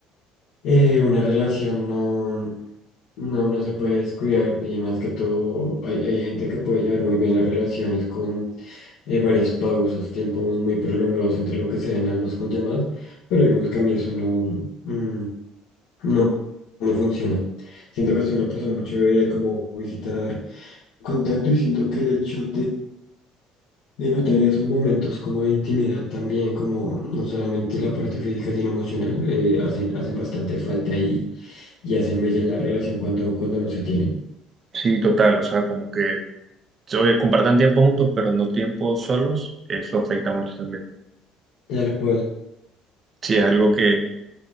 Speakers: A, on the left; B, on the right.
A: Eh, una relación no, no, no se puede descuidar y más que todo hay, hay gente que puede llevar muy bien las relaciones con eh, varias pausas, tiempos muy prolongados entre lo que se ve nada más con llamadas, pero digamos que a mí eso no, mm, no me funciona. Siento que soy una persona mucho de ver, como visitar contacto y siento que el hecho de no tener esos momentos como de intimidad también, como no solamente la parte física, sino emocional, eh, hacen, hacen bastante falta y, y hacen mella la relación cuando, cuando no se tienen.
B: Sí, total, o sea, como que, oye, compartan tiempo juntos, pero no tiempo solos, eso afecta mucho también.
A: Tal cual.
B: Sí, es algo que,